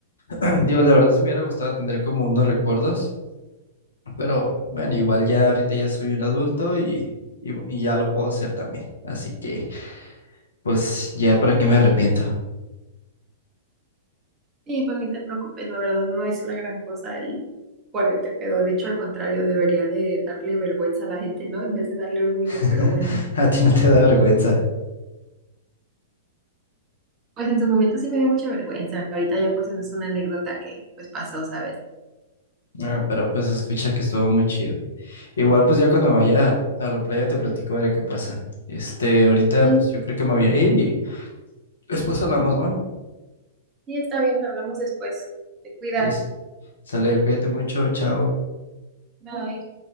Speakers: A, on the left; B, on the right.
A: <clears throat> Digo, la verdad sí me hubiera gustado tener como unos recuerdos, pero bueno, igual ya ahorita ya soy un adulto y, y- y ya lo puedo hacer también. Así que, pues ya para
B: Sí.
A: qué me arrepiento.
B: Sí, pues ni te preocupes, la verdad no es la gran cosa el ponerte pedo. De hecho, al contrario, debería de darle vergüenza a la gente, ¿no? En vez de darle orgullo,
A: <laughs>
B: pero bueno.
A: A ti no te da vergüenza.
B: Pues en su momento sí me dio mucha vergüenza. Ahorita ya pues es una anécdota que pues pasó, ¿sabes?
A: Ah, pero pues escucha que estuvo muy chido. Igual pues ya cuando vaya a la playa te platico a ver qué pasa. Este, ahorita
B: Sí,
A: pues yo creo que me voy a ir y después hablamos, ¿va?
B: Sí, está bien, hablamos después. Te cuidas.
A: Yes. Sale, cuídate mucho, chao.
B: Bye.